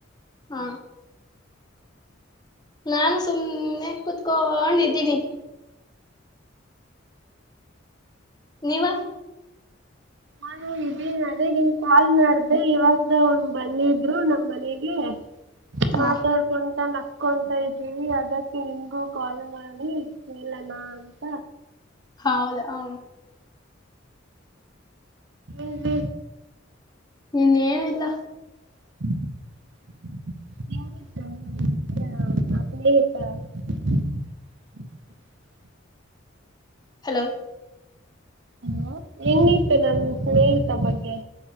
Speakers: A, on the left (about 20°); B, on the right (about 65°).
A: ಹ ನಾನು ಸುಮ್ಮ್ನೆ ಕುತ್ಕೊಂಡಿದ್ದೀನಿ. ನೀವ.
B: ನಾನು ಇದೀನಿ ಅದೆ ನೀನ ಕಾಲ್ ಮಾಡ್ದೆ ಇವಾಗ ಅವನ್ ಬಂದಿದ್ರು ನಮ್ ಮನೆಗೆ.
A: ಹಾ
B: ಮಾತಾಡ್ಕೊಂತಾ ನಕ್ ಕ <unintelligible> ಇದ್ದೀವಿ ಅದಕ್ಕೆ ನಿಮ್ಗೂ ಕಾಲ್ ಮಾಡಿ ಕೇಳನ ಅಂತ.
A: ಹೌದಾ ಹ
B: ಏನ್ರೀ.
A: ಇನ್ನೇನಿಲ್ಲ
B: <inaudible>
A: ಹಲೋ
B: ಹಲೊ ಹೆಂಗಿತ್ತು ನನ್ ಸ್ನೇಹಿತ ಬಗ್ಗೆ.